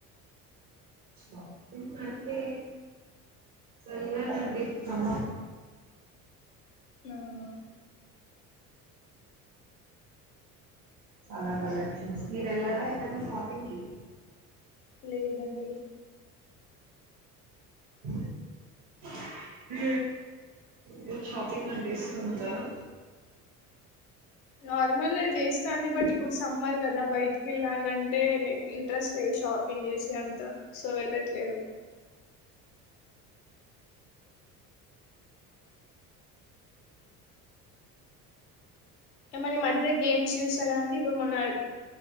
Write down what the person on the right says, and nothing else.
షాపింగ్ అంటే వెళ్ళానండి ఇక్కడ
చాలా కలెక్షన్స్ మీరెళ్ళారా ఎటన్నా షాపింగ్ కి
<inaudible> మీకు షాపింగ్ అంటే ఇష్టం ఉండదా